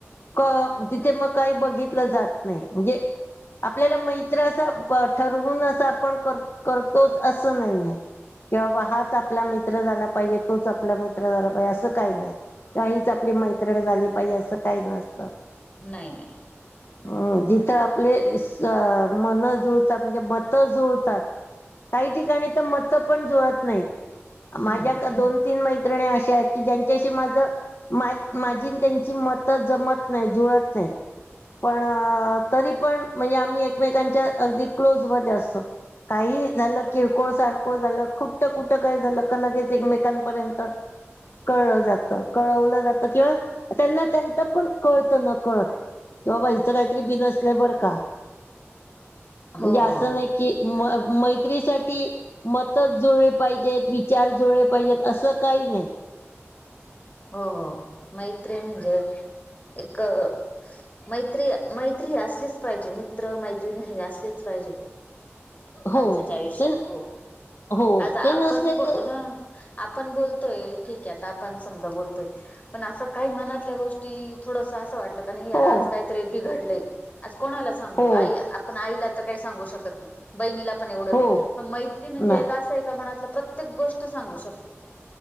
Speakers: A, on the left; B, on the left.
A: को तिथे मग काही बघितलं जात नाही. म्हणजे आपल्याला मैत्र असा प ठरवून असं आपण कर करतोच असं नाहीयय, की बाबा हाच आपला मित्र झाला पाहिजे तोच आपला मित्र तर बाई.. अस काही नाही, हिच आपली मैत्रीण झाली पाहिजे असं काही नसत.
B: नाई.. नय.
A: <inaudible> ह़.. जिथं आपलेस स... मन जुळतात म्हणजे मत जुळतात काही ठिकाणी तर मत पण जुळत नाहीत,
B: हम्म
A: माझ्या का दोन- तीन मैत्री त्रिणी अशा आहेत की.. ज्यांच्याशी माझं मा.. माझीन त्यांची मतं जमत नाही.. जुळत नाहीत. पण.. तरी पण म्हणजे आम्ही एकमेकांच्या अगदी क्लोजमध्ये असतो, काही ही झालं किरकोळ -सारकोळ झालं खुटं कुटं काय झालं का लगेच एकमेकांपर्यंत कळलं जात. कळवलं जातं किंवा त्यांना त्याच पण कळतं न कळत. किंवा बाई हीच काहीतरी बिनसलय बर का... म्हणजे
B: हो
A: असं
B: हो
A: नाही की म.. मैत्रीसाठी मतच जुळी पाहिजेत, विचार जुळे पाहिजेत, असं काही नाही.
B: हो.. हो... मैत्रीण म्हणजे एक मैत्री.. मैत्री.. असलीच पाहिजे, मित्र -मैत्रिणी हे असलेच पाहिजे.
A: <inaudible>
B: माणसाच्या आयुष्यात,
A: ते
B: हो..
A: हो
B: आज आपण..
A: ते नसले तर
B: ह आपण बोलतोये, ठीकय आता आपण समजा बोलतोय, पण असं काही मनातल्या गोष्टी थोडस असं वाटलं का नाय यार
A: हो
B: आज काहीतरी बिघडलं.. आज कोणाला सांगू?
A: हो
B: आई आपण आईला तर काही सांगू शकत नाही. बहिणीला पण एवढं
A: हो
B: नई, मग मैत्री म्हणजे
A: ना
B: एक असं एका मनातलं प्रत्येक गोष्ट सांगू शकतो.